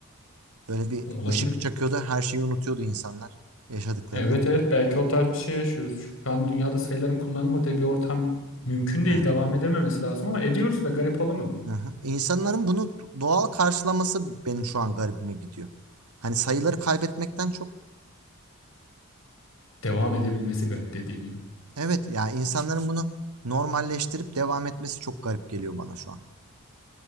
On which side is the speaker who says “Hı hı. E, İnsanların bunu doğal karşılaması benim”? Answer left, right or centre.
Right